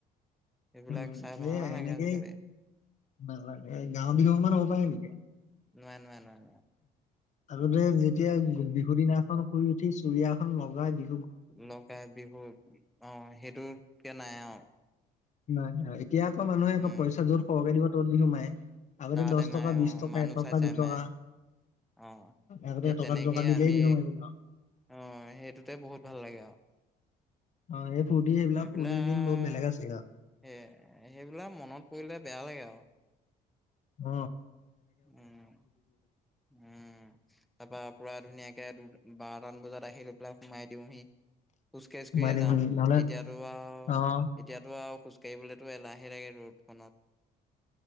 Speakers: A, in the centre; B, on the left.
A: এইবিলাক
B: উম, উন্নইউচ
A: চাই
B: নীৰা
A: ভাল
B: নব্বৈ
A: নালাগে
B: এনেকে য়া এনেকে।
A: আজিকালি
B: নালাগে গাওৰ বিহু মান হ'ব পাৰে নেকি?
A: নাই-নাই-নাই।
B: আগতে যেতিয়া বিহু দিনাখন শুই উঠি চুৰিয়াখন লগাই দি
A: লগাই বিহু আহ সেইটোকে নাই আৰু।
B: হয় হয় এতিয়া আকৌ মানুহে
A: উম
B: আকৌ পইচা য'ত সৰহকে দিব ত'ত বিহু মায়ে। আগতে
A: তাতে
B: দশ
A: মাৰে
B: টকা বি
A: অ
B: টকা
A: মানুহ
B: এটকা
A: চাই চাই
B: দু টকা
A: মাৰে অ
B: আগতে
A: সেই
B: টকা
A: তেনেকেই
B: দু টকা দিলেই
A: আমি
B: বি সিব ন
A: অ' সেইটোতে বহুত ভাল লাগে আৰু
B: অ' এই ফূৰ্তি এইবিলাক
A: সেইবিলাক
B: ফূৰ্তিৰ দিন বহুত বেলেগ আছে
A: এ সেইবিলাক মনত পৰিলে বেয়া লাগে আৰু
B: উ
A: উম উম তাৰ পৰা ধুনীয়াকে বাৰটান বজাত আহি লৈ পেলাই সোমাই দিওঁহি খোজকাঢ়জ
B: সোমাই
A: কাঢ়িয়ে
B: দিওঁহি
A: যাওঁ
B: নহ'লে
A: এতিয়াতো আৰু
B: অ',
A: এতিয়াতো আৰু খোজ গ়লেতো এলাহে লাগে ৰ'দখনত